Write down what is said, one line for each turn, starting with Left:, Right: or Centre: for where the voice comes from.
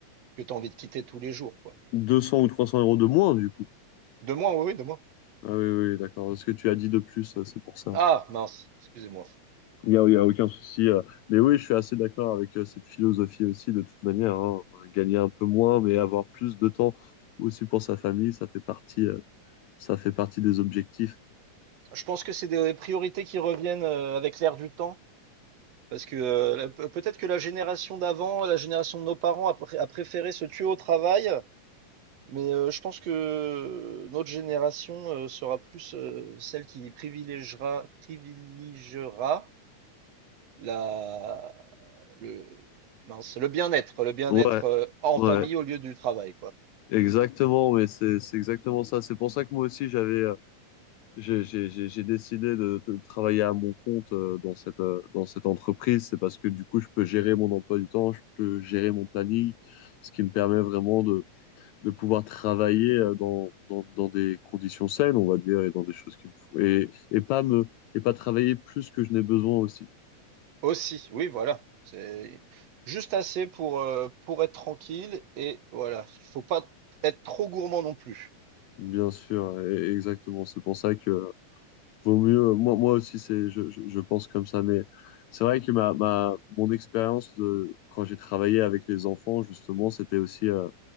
Right: que tu as envie de quitter tous les jours, quoi.
Left: 200 ou 300 euros de moins, du coup.
Right: De moi, oui, oui, de moi.
Left: Ah oui, oui, oui, d'accord. Ce que tu as dit de plus, euh, c'est pour ça.
Right: Ah, mince, excusez-moi.
Left: Il y a, il y a aucun souci. euh. Mais oui, je suis assez d'accord avec euh, cette philosophie aussi, de toute manière. hein. Gagner un peu moins, mais avoir plus de temps aussi pour sa famille, ça fait partie, euh, ça fait partie des objectifs.
Right: Je pense que c'est des priorités qui reviennent euh, avec l'air du temps. Parce que euh, la- pe- peut-être que la génération d'avant, la génération de nos parents a, pré- a préféré se tuer au travail, mais euh, je pense que notre génération euh, sera plus euh, celle qui privilégiera, privilégiera la, le, mince, le bien-être, le bien-être
Left: Ouais,
Right: euh, en
Left: ouais,
Right: famille au lieu du travail, quoi.
Left: exactement, mais c'est c'est exactement ça. C'est pour ça que moi aussi j'avais euh, j'ai j'ai j'ai j'ai décidé de, de travailler à mon compte euh, dans cette euh, dans cette entreprise. C'est parce que du coup je peux gérer mon emploi du temps, je peux gérer mon planning, ce qui me permet vraiment de de pouvoir travailler euh, dans dans dans des conditions saines, on va dire, et dans des choses qui me font et et pas me et pas travailler plus que je n'ai besoin aussi.
Right: Aussi, oui, voilà. C'est juste assez pour, euh, pour être tranquille et voilà. Il faut pas être trop gourmand non plus.
Left: Bien sûr, et- exactement. C'est pour ça que Vaut mieux, moi, moi aussi, c'est, je, je, je pense comme ça, mais c'est vrai que ma, ma, mon expérience de, quand j'ai travaillé avec les enfants, justement, c'était aussi euh,